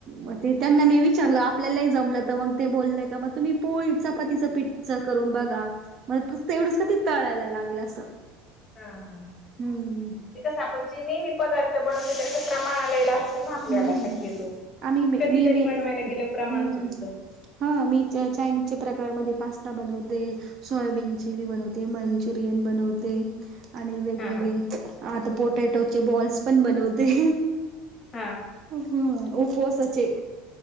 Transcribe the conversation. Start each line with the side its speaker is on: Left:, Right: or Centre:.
Right: म ते त्यांना मी विचारलं आपल्याला जमलं तर मग ते बोललेय का मग तुम्ही पोळी चपातीचं पीठच करून बघा मग फक्त एवढंच क ती तळायला लागेल असं
Left: हा हा
Right: हम्म
Left: ते कस आपण जे नेहमी पदार्थ बनवतो त्याच प्रमाण आलेला आपल्याला
Right: हम्म
Left: शक्यतो
Right: आम्ही मी
Left: कधीतरी
Right: मी
Left: बनवायला गेलं प्रमाण
Right: हम्म
Left: चुकत
Right: हा मी चायनीजच्या प्रकारामध्ये पास्ता बनवते सोयाबीन चिली बनवते मंचुरियन बनवते आणि वेगवेगळे
Left: हा हा.
Right: आता पोटॅटोचे बॉल्स पण बनवते
Left: हम
Right: हम्म उपावसाचे